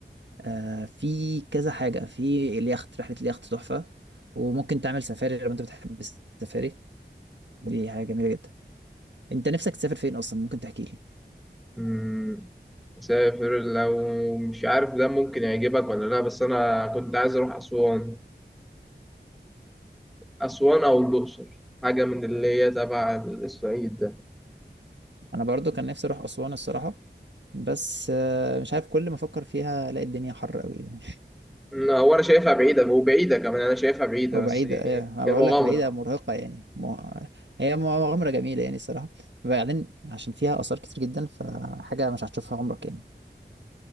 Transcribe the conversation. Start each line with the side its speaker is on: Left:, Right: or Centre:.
Right: آه، في كذا حاجة في اليخت رحلة اليخت تحفة وممكن تعمل سفاري لو انت بتحب السفاري دي حاجة جميلة جدا انت نفسك تسافر فين اصلا ممكن تحكي لي
Centre: مم، أسافر لو مش عارف ده ممكن يعجبك ولا لأ بس أنا كنت عايز أروح أسوان أسوان أو الأقصر حاجة من اللي هي تبع الصعيد ده
Right: انا برضو كان نفسي اروح اسوان الصراحة بس آه، مش عارف كل ما افكر فيها الاقي الدنيا حر قوي
Centre: مم، هو أنا شايفها بعيدة وبعيدة كمان أنا شايفها بعيدة
Right: هو
Centre: بس
Right: بعيدة
Centre: هي
Right: إيه، أنا
Centre: هي
Right: بقول
Centre: مغامرة
Right: لك بعيدة مرهقة يعني مه... هي مغامرة جميلة يعني الصراحة بعدين عشان فيها آثار كتير جدا فحاجة مش هتشوفها عمرك يعني